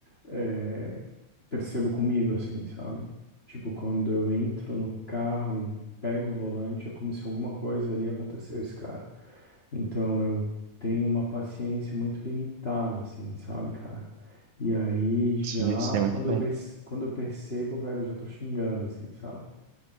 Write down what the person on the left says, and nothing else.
eh, percebo comigo, assim, sabe? Tipo, quando eu entro no carro e pego o volante, é como se alguma coisa ali acontecesse, cara. Então, eu tenho uma paciência muito limitada, assim, sabe, cara? E aí, já,
quando
eu, perce- quando eu percebo, velho, eu já tô xingando, assim, sabe?